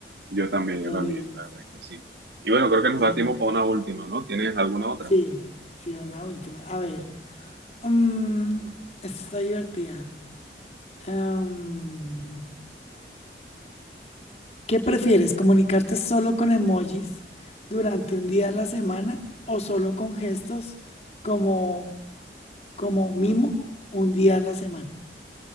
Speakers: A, on the right; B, on the left.
A: Yo también,
B: ¿Lo
A: yo también,
B: le-
A: la verdad es que sí. Y bueno, creo que nos
B: y-
A: da tiempo para una última, ¿no? ¿Tienes alguna otra?
B: sí, sí, una última. A ver, mm, esta está divertida. Em, ¿qué prefieres, comunicarte solo con emojis durante un día a la semana o solo con gestos como, como mimo un día a la semana?